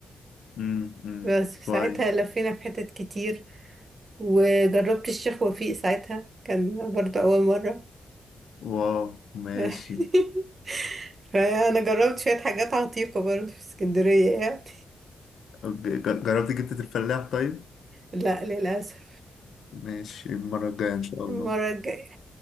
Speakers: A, on the left; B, on the right.
A: امم امم
B: بس في
A: كويس
B: ساعتها لفينا في حتت كتير وجربت الشيخ وفيق ساعتها كان برضه أول مرة
A: واو ماشي
B: <laughs> فأنا جربت شوية حاجات عتيقة برضه في اسكندرية يعني
A: أوكي. ج- جربت جبتة الفلاح طيب
B: لا للأسف
A: ماشي المرة الجاية إن شاء الله
B: المرة الجاية